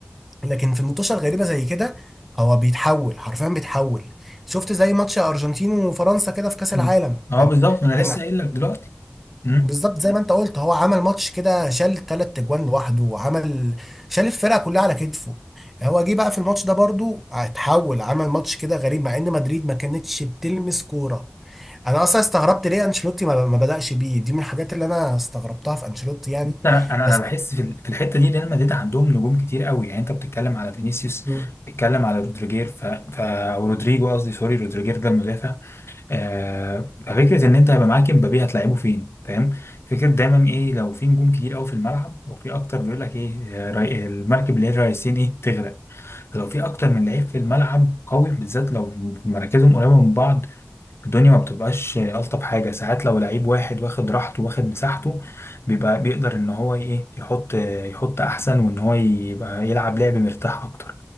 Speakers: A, in the centre; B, on the left.
A: لكن في المنتوشه الغريبه زي كده هو بيتحول حرفيا بيتحول شفت زي ماتش ارجنتين وفرنسا كده في كاس
B: مم.
A: العالم
B: أه
A: كان
B: بالظبط أنا
A: كان
B: لسه قايل لك دلوقتي مم.
A: بالظبط زي ما انت قلت هو عمل ماتش كده شال ثلاث اجوان لوحده وعمل شال الفرقه كلها على كتفه هو جه بقى في الماتش ده برضو اتحول عمل ماتش كده غريب مع ان مدريد ما كانتش بتلمس كوره انا اصلا استغربت ليه انشيلوتي ما ما بدأش بيه دي من الحاجات اللي انا استغربتها في انشيلوتي يعني
B: بص، أنا أنا
A: بس
B: أنا بحس في ال- في الحتة دي ريال مدريد عندهم نجوم كتير قوي يعني أنت بتتكلم على فينيسيوس
A: مم.
B: بتتكلم على رودريجير ف... ف... أو رودريجو قصدي سوري رودريجير ده المدافع آه، ففكرة إن أنت هيبقى معاك إمبابي هتلعبه فين فاهم فكرة دايما إيه لو في نجوم كتير أوي في الملعب أو في أكتر بيقول لك إيه آه، ري- المركب اللي هي الرئيسين إيه تغرق فلو في أكتر من لعيب في الملعب قوي بالذات لو مراكزهم قريبة من بعض الدنيا ما بتبقاش آه، ألطف حاجة ساعات لو لعيب واحد واخد راحته واخد مساحته بيبقى بيقدر إن هو إيه يحط آه، يحط أحسن وإن هو يبقى يلعب لعب مرتاح أكتر